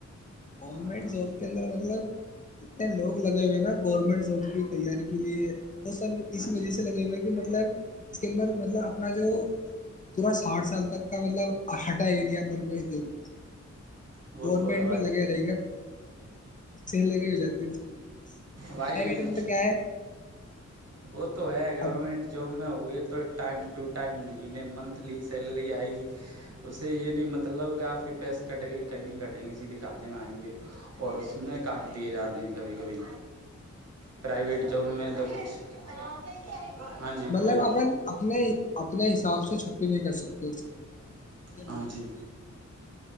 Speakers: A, on the left; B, on the right.
A: گورنمنٹ
B: ہاں ہاں
A: جاب کے اندر مطلب اتنے لوگ لگے ہوئے ہیں نا گورنمنٹ س کی تیاری کے لیے وہ سب
B: ہاں
A: اسی وجہ
B: جی
A: سے لگے ہوئے کہ مطلب اس کے اندر مطلب اپنا جو پورا ساٹھ سال تک کا مطلب ہٹا گ لیا اپن کو اس جوک میں سے
B: وہ
A: گورنمنٹ
B: تو ہے بھائی
A: میں لگے رہیں گے پ سے لگی ہو جاتی ہے اس کے اندر اب
B: وائی
A: پرائیویٹ میں تو کیا ہے
B: وہ تو ہے گورنمنٹ
A: اب
B: جاب میں ہو گئے تو تو ٹائم ٹو ٹائم مہینے منتھلی سیلری آئے گی اس سے یہ نہیں مطلب کہ آپ کے پیسے کٹیں گے کہیں نہیں کٹیں گے سیدھے کھاتے میں آئیں گے اور اس میں کاٹ دیے جاتے ہیں کبھی کبھی پرائیویٹ جاب میں تو کچھ <inaudible> جی بولیے
A: مطلب اپن اپنے ہی اپنےس آپ سے چھٹی نہیں کر سکتے اس یہ
B: ہاں
A: میا
B: جی
A: یہ خر